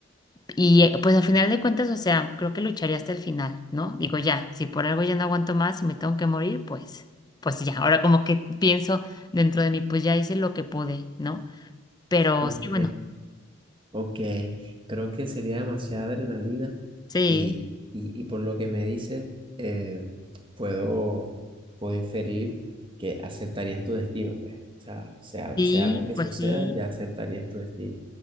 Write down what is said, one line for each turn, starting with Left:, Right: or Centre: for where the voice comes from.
Left: y eh, pues al final de cuentas, o sea, creo que lucharé hasta el final, ¿no? Digo, ya, si por algo ya no aguanto más y me tengo que morir, pues, pues ya. Ahora como que pienso dentro de mí, pues ya hice lo que pude, ¿no? Pero
Right: Ok,
Left: sí, bueno,
Right: ok. Creo que sería demasiada adrenalina
Left: sí,
Right: y, y- y por lo que me dice, eh, puedo, puedo inferir que aceptarías tu destino, pues. O sea, sea,
Left: sí,
Right: sea lo que
Left: pues
Right: suceda,
Left: sí.
Right: ya aceptarías tu destino.